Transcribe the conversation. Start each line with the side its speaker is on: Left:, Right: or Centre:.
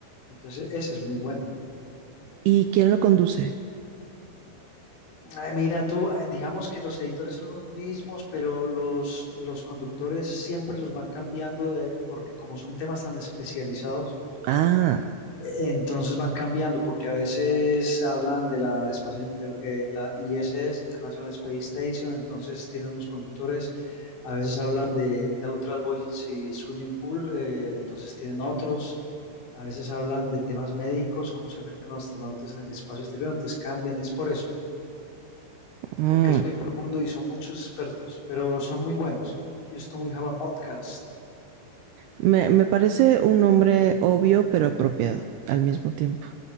Left: Entonces, ese es muy bueno.
Right: ¿Y quién lo conduce?
Left: Eh, Mira, tú, eh, digamos que los editores son los mismos, pero los, los conductores siempre los van cambiando de- porque como son temas tan especializados,
Right: Ah,
Left: eh, entonces van cambiando porque a veces hablan de la, espacio inter- eh, la ISS, International Space Station, entonces tienen unos conductores, a veces hablan de Neutral Buoyancy Swimming Pool, eh, entonces tienen otros, a veces hablan de temas médicos, cómo se afectan los astronautas en el espacio exterior, entonces cambian, es por eso
Right: mm.
Left: porque es muy profundo y son muchos expertos, pero son muy buenos. Houston We Have a Podcast.
Right: Me, me parece un nombre obvio pero apropiado al mismo tiempo.